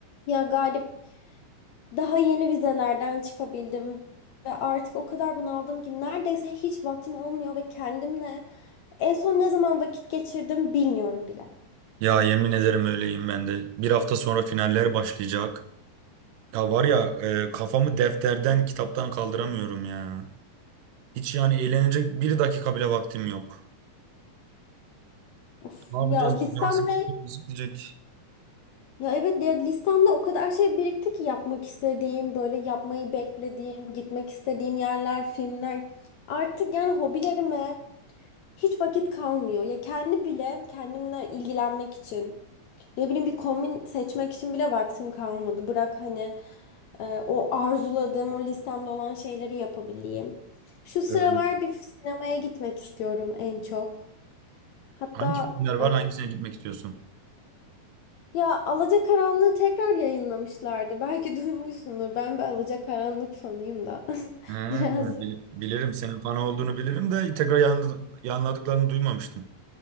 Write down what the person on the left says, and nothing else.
Ya Galip daha yeni vizelerden çıkabildim ve artık o kadar bunaldım ki neredeyse hiç vaktim olmuyor ve kendimle en son ne zaman vakit geçirdim bilmiyorum bile.
Of
ya listemde
ya evet ya listemde o kadar şey birikti ki yapmak istediğim böyle yapmayı beklediğim gitmek istediğim yerler filmler artık yani hobilerime Hiç vakit kalmıyor. Ya kendi bile kendimle ilgilenmek için ne bileyim bir kombin seçmek için bile vaktim kalmadı. Bırak hani e, o arzuladığım o listemde olan şeyleri yapabileyim. Şu sıralar
bir sinemaya gitmek istiyorum en çok. Hatta
e,
ya Alacakaranlık'ı tekrar yayınlamışlardı. Belki duymuşsundur. Ben bir Alacakaranlık fanıyım da. <laughs>
Biraz